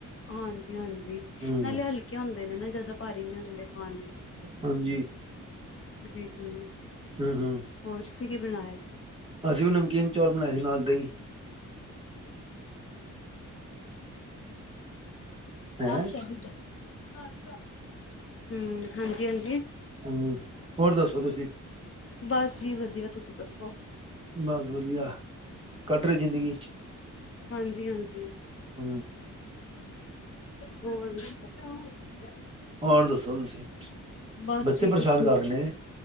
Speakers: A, on the left; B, on the right.
A: ਹਾਂਜੀ, ਹਾਂਜੀ
B: ਹੂੰ
A: ਨਾਲੇ ਹਲਕੇ ਹੁੰਦੇ ਨੇ ਨਾ ਜ਼ਿਆਦਾ ਭਾਰੀ ਨੀ ਹੁੰਦੇ ਖਾਣ ਨੂੰ।
B: ਹਾਂਜੀ
A: ਜੀ, ਜੀ।
B: ਹੁੰ, ਹੁੰ।
A: ਹੋਰ, ਤੁਸੀਂ ਕੀ ਬਣਾਇਆ ਸੀ?
B: ਅਸੀਂ ਵੀ ਨਮਕੀਨ ਚੌਲ ਬਣਾਏ ਸੀ ਨਾਲ ਦਹੀ। ਹੈਂ
A: ਲਾਸ਼ਹਿੂ ਜਾਾ <unintelligible> ਹੁੰ ਹਾਂਜੀ, ਹਾਂਜੀ।
B: ਹੁੰ, ਹੋਰ ਦੱਸੋ ਤੁਸੀਂ?
A: ਬਸ ਜੀ ਵਧੀਆ ਤੁਸੀਂ ਦੱਸੋ?
B: ਬਸ, ਵਧੀਆ ਕੱਟ ਰਹੀ ਜ਼ਿੰਦਗੀ।
A: ਹਾਂਜੀ, ਹਾਂਜੀ।
B: ਹ
A: ਹੋਰ। <unintelligible>
B: ਹੋਰ ਦੱਸੋ ਤੁਸੀਂ?
A: ਬਸ
B: ਬੱਚੇ
A: ਜੀ
B: ਪਰੇਸ਼ਾਨ
A: ਕੁਛ ਨੀ।
B: ਕਰ ਰਹੇ ਨੇ